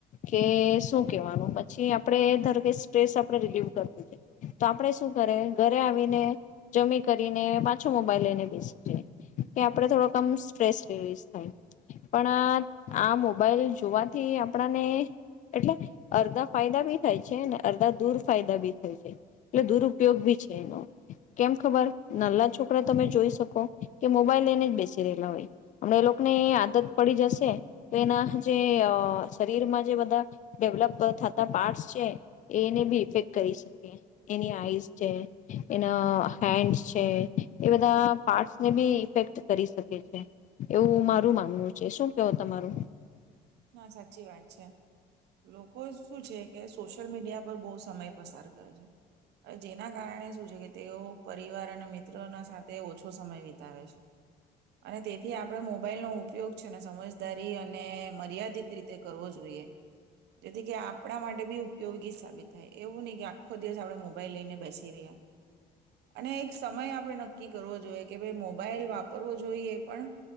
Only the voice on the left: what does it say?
કે શું કેવાનું પછી આપડે ધાર કે સ્ટ્રેસ આપણે રિલીવ કરતું છે. તો આપડે શું કરે ઘરે આવીને જમી કરીને પાછો મોબાઈલ લઈને બેસી જે કે આપણે થોડોકમ સ્ટ્રેસ રિલીઝ થાય પણ આ આ મોબાઈલ જોવાથી આપણાને એટલે અર્ધા ફાયદા બી થાય છે ને અર્ધા દુર ફાયદા બી થાય છે એટલે દુરપયોગ બી છે એનો. કેમ ખબર નલા છોકરા તમે જોઈ શકો કે મોબાઈલ લઈને જ બેસી રહેલા હોય. હમણા એ લોકોને આદત પડી જશે તો એના જે શરીરમાં જે બધા ડેવલપ થતા પાર્ટસ છે એને બી ઇફેક્ટ કરી શકે. એની આઈસ છે, એના હેન્ડ છે એ બધા પાર્ટ ને બી ઇફેક્ટ કરી શકે છે. એવું મારું માનવું છે. શું કેવો તમારું?